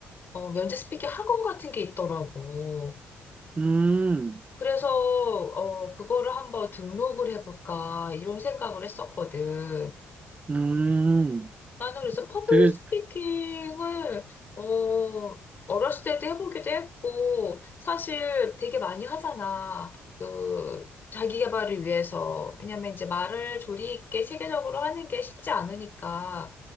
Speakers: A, on the left; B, on the right.
A: 어 면접 스피킹 학원 같은 게 있더라고.
B: 음,
A: 그래서 어 그거를 한번 등록을 해볼까 이런 생각을 했었거든.
B: 음,
A: 나는 그래서 퍼블릭
B: 되게,
A: 스피킹을, 어, 어렸을 때도 해보기도 했고, 사실 되게 많이 하잖아. 그, 자기 개발을 위해서. 왜냐면 이제 말을 조리 있게 체계적으로 하는 게 쉽지 않으니까.